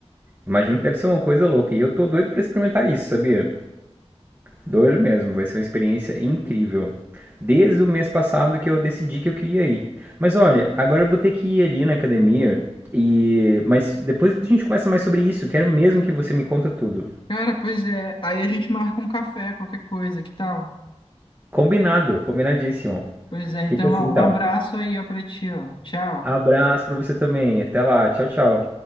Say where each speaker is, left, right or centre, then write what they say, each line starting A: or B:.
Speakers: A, on the right (about 20°); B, on the left (about 45°).
A: Imagino que deve ser uma coisa louca. E eu tô doido pra experimentar isso, sabia? Doido mesmo, vai ser uma experiência incrível. Desde o mês passado que eu decidi que eu queria ir. Mas olha, agora eu vou ter que ir ali na academia e mas depois a gente conversa mais sobre isso. Quero mesmo que você me conta tudo.
B: Cara, pois é. Aí a gente marca um café, qualquer coisa, que tal?
A: Combinado, combinadíssimo.
B: Pois é.
A: Fica
B: Então,
A: assim
B: ó,
A: então.
B: um abraço aí ó, para ti, ó. Tchau.
A: Abraço pra você também. Até lá. Tchau, tchau.